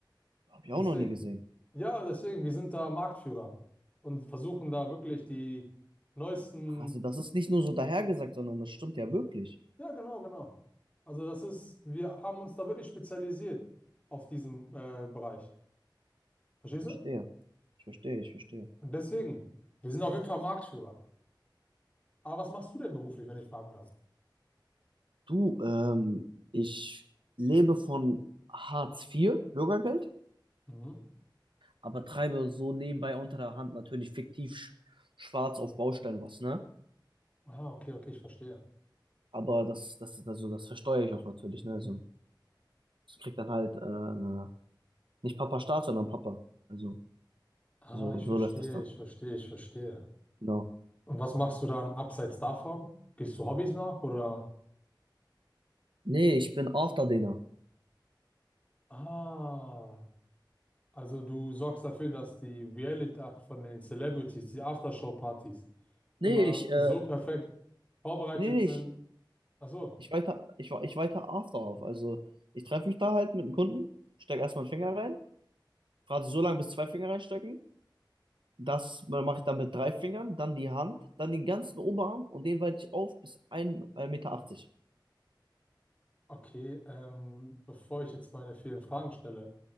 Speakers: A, on the right; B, on the left.
A: Habe ich
B: Deswegen.
A: auch noch nie gesehen.
B: Ja, deswegen, wir sind da Marktführer und versuchen da wirklich die neuesten.
A: Ach, also das ist nicht nur so dahergesagt, sondern das stimmt ja wirklich.
B: Ja, genau, genau. Also das ist, wir haben uns da wirklich spezialisiert auf diesen äh, Bereich. Verstehst
A: Ich verstehe.
B: du?
A: Ich verstehe, ich verstehe.
B: Und deswegen, wir sind auf jeden Fall Marktführer. Aber was machst du denn beruflich, wenn ich fragen darf?
A: Du, ähm, ich lebe von Hartz IV, Bürgergeld,
B: Mhm.
A: aber treibe so nebenbei unter der Hand natürlich fiktiv sch schwarz auf Baustellen was, ne?
B: Ah, okay, okay, ich verstehe.
A: Aber das, das, also das versteuere ich auch natürlich, ne? Also, ich krieg dann halt, äh, nicht Papa Staat, sondern Papa. Also,
B: Ah,
A: so,
B: ich
A: so
B: verstehe,
A: läuft das dann.
B: ich verstehe, ich verstehe.
A: Genau.
B: Und was machst du dann abseits davon? Gehst du Hobbys nach oder?
A: Nee, ich bin Afterdinner.
B: Ah, also du sorgst dafür, dass die Reality Act von den Celebrities, die Aftershow-Partys,
A: Nee,
B: immer
A: ich, äh,
B: so perfekt vorbereitet
A: nee, nee,
B: sind.
A: ich,
B: Ach so,
A: ich weiter, ich, ich weiter After auf. Also, ich treffe mich da halt mit einem Kunden, steck erstmal einen Finger rein, frage sie so lange, bis zwei Finger reinstecken. Das mache ich dann mit drei Fingern, dann die Hand, dann den ganzen Oberarm und den weite ich auf bis 1,80 Meter. achtzig
B: okay. Ähm, bevor ich jetzt meine vielen Fragen stelle,